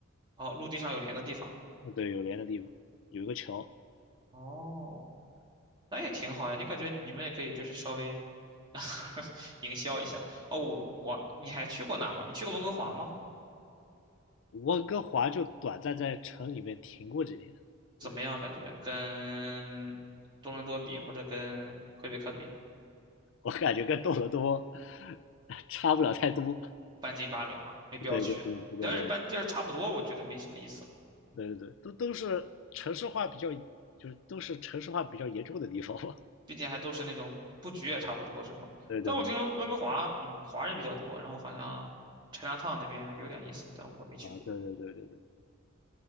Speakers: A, on the right; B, on the left.
A: 哦，陆地上有连的地方。
B: 呃对，有连的地方，有一个桥。
A: 哦，那也挺好呀。你感觉你们也可以，就是稍微。<laughs> 营销一下。哦，我你还去过哪儿吗？你去过温哥华吗？
B: 温哥华就短暂在城里面停过几天，
A: 怎么样？
B: 对
A: 感觉跟多伦多比，或者跟魁北克比，
B: 我感觉跟多伦多 <laughs> 差不了太多。
A: 半斤八两，没必要去。
B: 对对对对对对
A: 你要是半就是差不多，我觉得没什么意思了。
B: 对对对，都都是城市化比较，就是都是城市化比较严重的地方吧。
A: 毕竟还都是那种布局也差不多，是吗？
B: 对对对，
A: 但我听说温哥华，嗯，华人比较多，然后好像 Chinatown 那边还有点意思，但我没去过。
B: 啊，对对对对对，